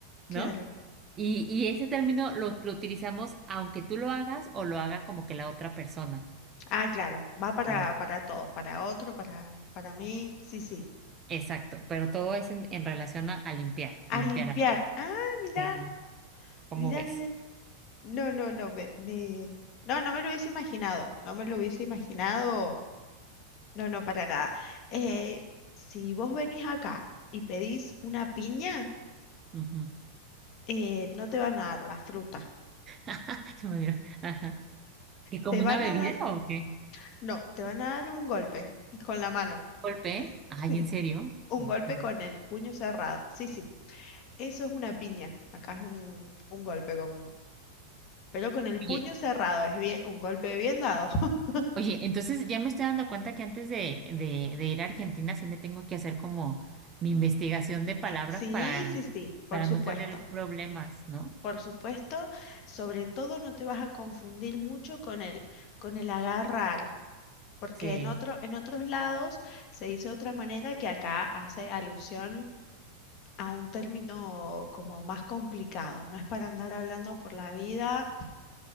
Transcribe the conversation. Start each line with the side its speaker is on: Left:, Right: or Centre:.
Left: claro.
Right: ¿no? Y, y ese término lo, lo utilizamos aunque tú lo hagas o lo haga como que la otra persona.
Left: Ah, claro. Va para,
Right: Como,
Left: para todos, para otro, para, para mí. Sí, sí.
Right: exacto, pero todo es en, en relación a, a limpiar,
Left: A
Right: a limpiar
Left: limpiar.
Right: algo.
Left: Ah, mira,
Right: Sí, ¿cómo
Left: mira,
Right: ves?
Left: mira. No, no, no, me, me- no, no me lo hubiese imaginado. No me lo hubiese imaginado. No, no, para nada. Eh, si vos venís acá y pedís una piña,
Right: Ujú.
Left: eh, no te van a dar la fruta.
Right: <laughs> Se me vino. Ajá. ¿Y como
Left: Te
Right: una
Left: van
Right: bebida
Left: a dar,
Right: o qué?
Left: no, te van a dar un golpe con la mano,
Right: ¿Golpe?
Left: <laughs>
Right: Ay,
Left: un,
Right: ¿en serio?
Left: un
Right: Ok.
Left: golpe con el puño cerrado. Sí, sí, eso es una piña. Acá es un, un golpe común, pero con el
Right: Oye,
Left: puño cerrado, es bien, un golpe bien dado. <laughs>
Right: oye, entonces ya me estoy dando cuenta que antes de, de, de ir a Argentina sí me tengo que hacer como mi investigación de palabras
Left: Sí,
Right: para,
Left: sí, sí, por
Right: para
Left: supuesto.
Right: no tener problemas, ¿no?
Left: Por supuesto, sobre todo no te vas a confundir mucho con el, con el agarrar. porque
Right: Sí.
Left: en otro, en otros lados se dice de otra manera que acá hace alusión a un término como más complicado, no es para andar hablando por la vida